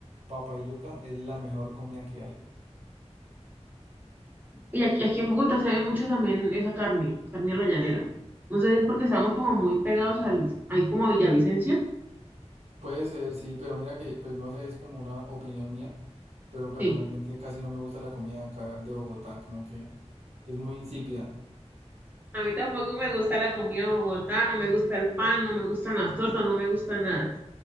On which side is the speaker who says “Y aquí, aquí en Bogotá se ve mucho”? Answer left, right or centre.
Right